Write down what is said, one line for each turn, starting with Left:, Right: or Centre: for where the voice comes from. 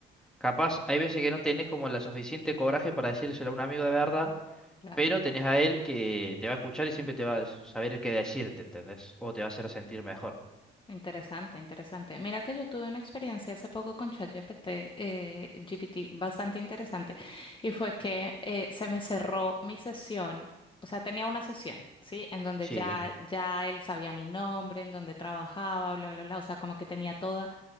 Centre: capaz hay veces que no tenés como la suficiente coraje para decírselo a un amigo de verdad.
Left: Claro,
Centre: Pero tenés a él que te va a escuchar y siempre te va a saber qué decirte, ¿entendés? O te va a hacer sentir mejor.
Left: interesante, interesante. Mira que yo tuve una experiencia hace poco con ChatGPT, eh, GPT, bastante interesante, y fue que eh, se me cerró mi sesión, o sea, tenía una sesión, ¿sí? En donde
Centre: Sí,
Left: ya, ya él sabía mi nombre, en donde trabajaba, bla, bla, bla, o sea, como que tenía toda